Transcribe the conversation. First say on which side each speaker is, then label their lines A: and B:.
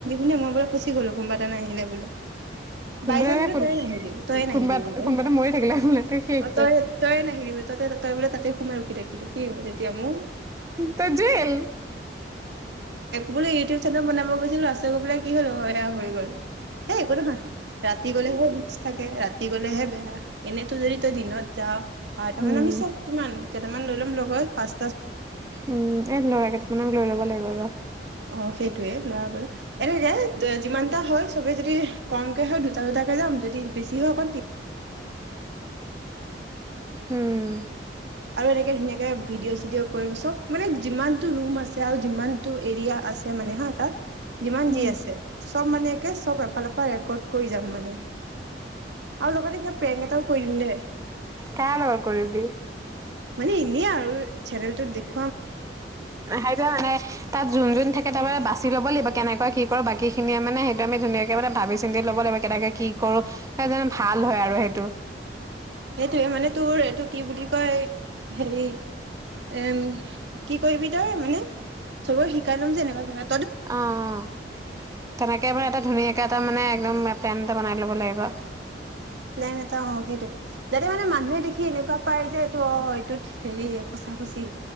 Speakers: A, on the right; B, on the right.
A: <unintelligible> মই বোলে ফুচি গলো কোনোবা এটা নাহিলে বোলি
B: কোনোবা
A: বাই চান্স
B: এটা
A: বোলে
B: কোন
A: তয়ে নাহিলি। তইয়ে নাহিলি
B: কোনোবা
A: বোলে।
B: কোনোবা এটা মৰি থাকিলে বোলে শেষ
A: অ' তই তইয়ে নাহিলি বো তই তই বোলে তাতে সোমাই ৰখি থাকি কিন্তু কি হ'ব তেতিয়া মোৰ?
B: তই জেইল।
A: বোলো ইউটিউব চেনেল বনাব গৈছিলো আছ গৈ পেলাই কি হ'ল এয়া হৈ গ'ল। এই একো নহয় ৰাতি গলেহে ৰিস্ক থাকে ৰাতি। ৰাতি গলেহে বেয়া। এনেতো যদি তই দিনত যাঅ বাৰটা
B: উম
A: মানে আমি চব কিমান। কেইটামান লৈ ল'ম লগত পাঁচ।
B: উম। এই ল'ৰা কেইটামানক লৈ ল'ব লাগিব ৰ।
A: অ' সেইটোৱেই লৰা বাৰু এনেকে যিমান এটা হয় চবে যদি কমকে হয় দুটা দুটাকে যাম যদি বেছি হয় অকণ তিন
B: উম।
A: আৰু এনেকে ধুনীয়াকে ভিডিঅ' চিডি'অ কৰিম চব মানে যিমানটো ৰুম আছে। তাৰ যিমানটো এৰিয়া আছে। তে মানে হা তাতা। যিমান
B: উম
A: যি আছে চব মানে এতে চব এফালপা তা ৰেকৰ্ড কৰি যাম মানে। আৰু লগতে কিবা প্ৰেঙ এটাও কৰি দিম দে
B: কাৰ লগত কৰিবি
A: মানে এনেই আৰু। এ চেনেলটোত দেখ
B: সাইটোৱে মানে তাত যোন যোন থাকে তা পা বাচ তাইক ল'ব লাগিব কেনেকুৱা কি কৰে বাকী খিনিয়ে মানে সেকাণে ধুনীয়াকে মানে ভাবি চিন্তি ল'ব লাগিব, কেনেকে কি কৰো ভাল হয় আৰু সেইটো।
A: হেই হেনে তো এইটো। কি বুলি কয়, হেৰি। এম কি কৰিবি তই মানে? চবে শিকাই ল'ম যে এনকা তেনকা।
B: অ', অ', তেনেকে এবাৰ এটা ধুনীয়াকে। টা মানে একদম প্লেন এটা বনাই ল'ব লাগিব।
A: প্লেন এটা অ সেইটোৱে, যাতে মানে মানুহে দেখি এনেকুৱা পাই যে এইটো অ এইটোত হেৰি সঁচা সচি